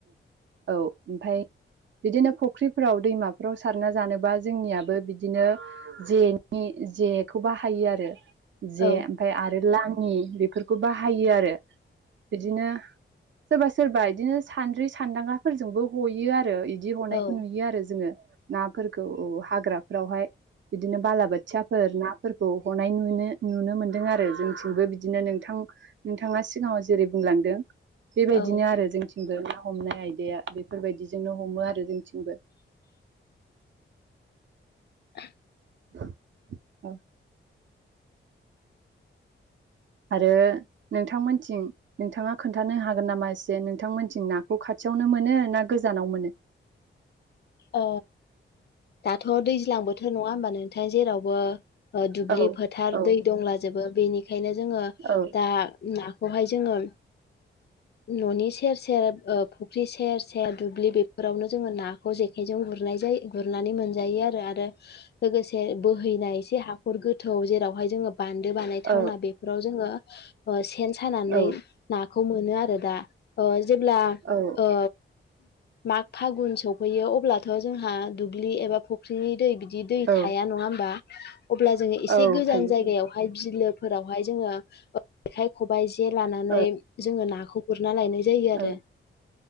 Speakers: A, on the right (about 65°); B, on the left (about 55°).
A: औ ओमफाय बिदिनो फख्रिफोराव दैमा फ्राव सारना जानोबा जोंनिया हो बिदिनो जेनि जेखौ बाहायो आरो। जे
B: औ
A: ओमफाय आरो लां <unintelligible> फोरखौ बाहायो आरो। बिदिनो सोरबा सोरबा इदिनो सानद्रि सानदांगा फोरजोंबो हयो आ इदि हनायखौ
B: औ
A: नुयो आरो जोङो। नाफोरखौ हाग्राफोरावहाय बिदिनो बालाबोथिया फोर नाफोरखौ हनाय नुनो नुनो मोनदों आरो जोंथिंबो बिदिनो नोंथां नोंथाङा सिगाङाव जेरै बुंलांदों बेबायदिनो
B: औ
A: आरो जोंथि <unintelligible> ना हमनाय आयदाया बेफोरबायदिजोंनो हमो आरो जोंनिथिंबो
B: <inaudible>
A: <unintelligible> औ आरो नोंथांमोनथिं नोंथाङा खोन्थानो हागोन नामा एसे नोंथांमोनथिं नाखौ खाथियावनो मोनो ना गोजानाव मोनो?
B: ओ दाथ' दैज्लां बोथोर नङा होमबा नों <unintelligible> जेरावबो ओ दुब्लि
A: औ
B: फोथार
A: औ
B: दै दंला जोबो बेनि बेखायनो जोङो
A: औ
B: दा ना बेवहाय जोङो न'नि सेर सेर ओ फुख्रि सेर सेर दुब्लि बेफोरावनो जोङो ना खौ जेखायजों गुरनाय जाय गुरनानै मोनजायो आरो आरो लोगोसे बोहैनाय एसे हा हाखर गोथौ जेरावहाय जोङो बान्दो बानायथावना
A: औ
B: बेफोराव जोङो <unintelligible> सेन सानानै
A: औ
B: नाखौ मो मोनो आरो दा <unintelligible> जेब्ला
A: औ
B: ओ माग फागुुन सौ फैयो अब्लाथ' जोंहा दुब्लि एबा फुख्रिनि दै बिद दि दै
A: औ
B: थाया नङा होमबा अब्ला जोङो एसे
A: औ
B: गोजान
A: थायो
B: जायगायावहाय
A: थायो
B: बिलो फोरावहाय जोङो ओ जेखाइ खबायाइ जे लानानै
A: औ
B: जोङो ना खौ गुर गुरना लायनाय जायो आरो
A: औ